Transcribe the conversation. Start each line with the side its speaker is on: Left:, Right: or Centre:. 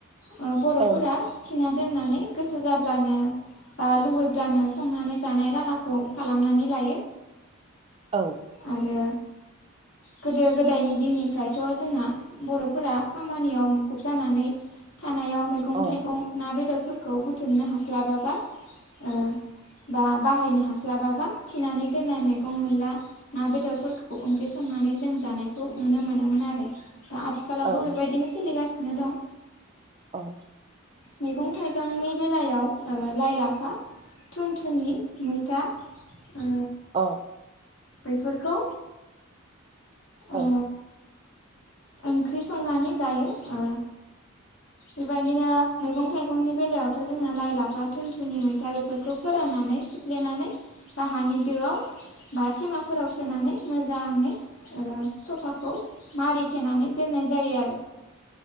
Left: ओ बर'फोरा
Right: औ
Left: थिना दोननानै गोसो जाब्लानो बा लुबैब्लानो संनानै जानाय राहाखौ खालामनानै लायो
Right: औ
Left: आरो गोदो गोदायनि दिननिफ्रायथ' जोंना बर'फोरा खामानियाव मुखुब जानानै खानायाव मैगं
Right: औ
Left: थाइगं ना बेदरफोरखौ बुथुमनो हास्लाबाबा ओ बा बाहायनो हास्लाबाबा थिनानै दोननाय मैगं मैला ना बेदरफोरखौ ओंख्रि संनानै जों जानायखौ नुनो मोनोमोन आरो दा आथिखालावबो
Right: अ औ
Left: बेबायदिनो सोलिगासिनो दं
Right: औ
Left: मैगं थाइगंनि बेलायाव ओ लाइ लाफा थुनथुनि मैथा ओ
Right: अ
Left: बैफोरखौ ओ
Right: औ
Left: ओंख्रि संनानै जायो ओ बेबायदिनो मैगं थाइगंनि बेलायावथ' जोंङो लाइ लाफा थुनथुनि मैथा बेफोरखौ फोराननानै सिफ्लेनानै बा हानि दोआव बा थेमाफोराव सोनानै मोजाङै ओ सफाखौ मारिथेनानै दोननाय जायो आरो